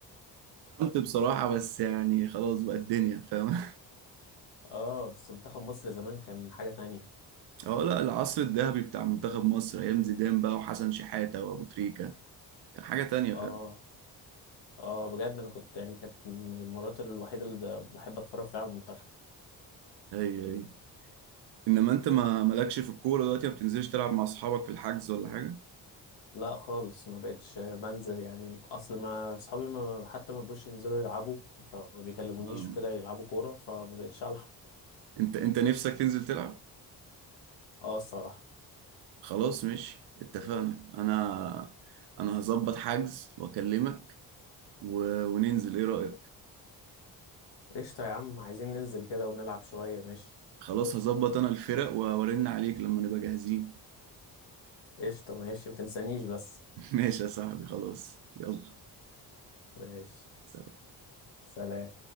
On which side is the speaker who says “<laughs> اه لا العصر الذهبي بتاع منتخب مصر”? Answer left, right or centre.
Right